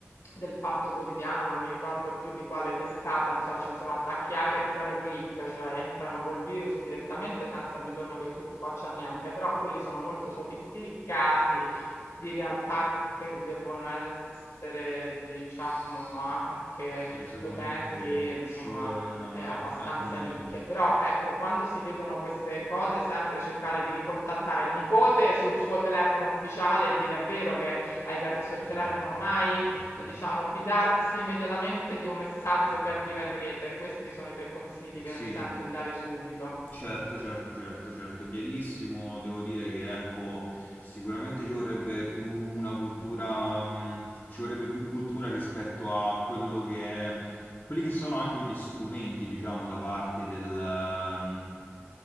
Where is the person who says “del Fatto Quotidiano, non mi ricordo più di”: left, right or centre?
Left